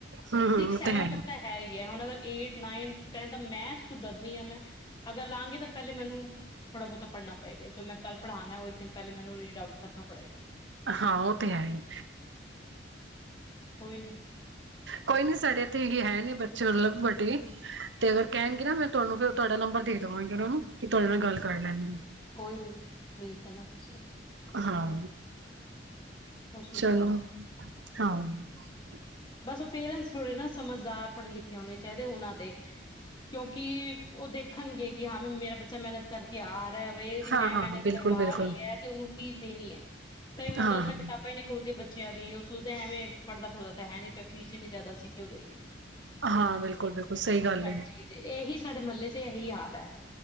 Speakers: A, on the right; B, on the left.
A: ਹੂੰ ਹੂੰ
B: ਸਿਕਸ
A: ਉਹ
B: ਸੈਵਨ
A: ਤੇ ਹੈ ਹੀ
B: ਤੱਕ ਤਾਂ ਹੈ ਹੀ ਹੈ, ਹੁਣ ਅਗਰ ਏਟ ਨਾਈਨਥ, ਟੈਨਥ ਮੈਥ ਤੋਂ ਡਰਨੀ ਆ ਮੈਂ, ਅਗਰ ਲਾਗੇ ਤਾਂ ਪਹਿਲੇ ਮੈਨੂੰ ਥੋੜਾ ਬਹੁਤਾ ਪੜ੍ਹਨਾ ਪਏਗਾ, ਜੋ ਮੈਂ ਕੱਲ ਪੜਾਣਾ ਉਹ ਇੱਕ ਦਿਨ ਪਹਿਲੇ ਮੈਨੂ ਰਿਡ ਆਊਟ ਕਰਨਾ ਪੜੇਗਾ।
A: ਹਾਂ, ਉਹ ਤੇ ਹੈ ਹੀ।
B: ਕੋਈ ਨੀ।
A: ਕੋਈ ਨੀ, ਸਾਡੇ ਇੱਥੇ ਇਹੀ ਹੈ ਨੇ ਬੱਚੇ ਮਤਲਬ ਵਡੇ ਤੇ ਕਹਿਣਗੇ ਨਾ, ਮੈਂ ਤੁਹਾਨੂੰ ਫਿਰ ਤੁਹਾਡਾ ਨੰਬਰ ਦੇ ਦੇਵਾਂਗੀ ਉਹ ਨੂੰ ਕਿ ਤੁਹਾਡੇ ਨਾਲ ਗੱਲ ਕਰ ਲੈਣਗੇ।
B: ਕੋਈ ਨੀ, ਭੇਜ ਦੇਣਾ ਤੁਸੀਂ।
A: ਹਾਂ।
B: ਕੋਸ਼ਿਸ਼
A: ਚਲੋ,
B: ਕਰਾਂ
A: ਹਾਂ। ਹ
B: ਬਸ ਉਹ ਪੇਰੈਂਟਸ ਥੋੜੇ ਨਾ ਸਮਝਦਾਰ ਪੜ੍ਹੇ ਲਿਖੇ ਹੋਣੇ ਚਾਹੀਦੇ ਉਹਨਾਂ ਦੇ ਕਿਉਂਕਿ ਉਹ ਦੇਖਣਗੇ ਹਾਂ ਵੀ ਮੇਰਾ ਬੱਚਾ ਮਹਨਤ ਕਰਕੇ ਆ ਉਹਦੀ ਮੈਂ
A: ਹਾਂ
B: ਮਿਹਨਤ
A: ਹਾਂ ਬਿਲਕੁਲ
B: ਕਰਵਾ
A: ਬਿਲਕੁਲ
B: ਰਹੀ ਹੈ ਤੇ ਉਹਨੂੰ ਫੀਸ ਦੇਣੀ ਹੈ ਕਈ ਮਦਦ
A: ਹਾਂ
B: ਸ
A: ਹਾਂ
B: ਕਿਤਾਬਾਂ ਹੀ ਨਹੀਂੀ ਖੋਲਦੀ ਬੱਚਿਆਂ ਦੀ ਉਹ ਸੋਚਦੇ ਐਵੇਂ ਪੜ੍ਹਦਾ ਪੜ੍ਹਦਾ ਤਾਂ ਹੈ ਨਹੀਂ ਪ ਫੀਸ ਇੰਨੀ ਜ਼ਿਆਦਾ ਸੀ ਕਿਉਂ ਦਈਏ
A: ਹਾਂ ਬਿਲਕੁਲ ਬਿਲਕੁਲ ਸਹੀ ਗੱਲ
B: ਹਾਂਜੀ
A: ਹੈ
B: ਜੀ, ਇਹੀ ਸਾਡੇ ਮਹੱਲੇ ਚ ਇਹੀ ਹਾਲ ਹੈ